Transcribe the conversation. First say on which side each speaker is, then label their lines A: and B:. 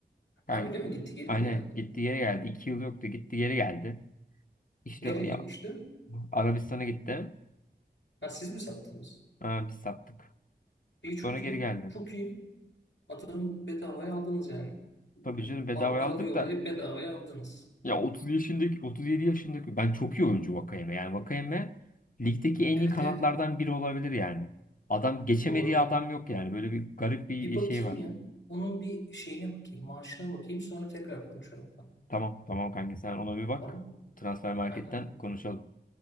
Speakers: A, on the left; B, on the left.
A: Ha
B: Yani,
A: öyle mi gitti, geri
B: aynen
A: mi geldi?
B: gitti geri geldi. İki yıl yoktu gitti geri geldi. İşte
A: Nereye
B: o ya
A: gitmişti?
B: Arabistan'a gitti.
A: Ha siz mi sattınız?
B: Ha, biz sattık.
A: İyi çok
B: Sonra geri
A: iyi,
B: geldi.
A: çok iyi. Atıyorum bedavaya aldınız yani.
B: Tabii canım bedavaya
A: Pa- paralı
B: aldık
A: yollayıp
B: da
A: bedavaya aldınız.
B: ya 30 yaşındaki 37 yaşındaki ben çok iyi oyuncu Vakayeme. Yani Vakayeme ligdeki en
A: Evet
B: iyi kanatlardan
A: evet,
B: biri olabilir yani. Adam geçemediği
A: doğru.
B: adam yok yani. Böyle bir garip bir
A: Bir bakayım
B: şey var.
A: ya. Onun bir şeyine bakayım, maaşına bakayım sonra tekrar konuşalım.
B: Tamam tamam kanka sen ona bir bak.
A: Tamam,
B: Transfer marketten
A: aynen.
B: konuşalım.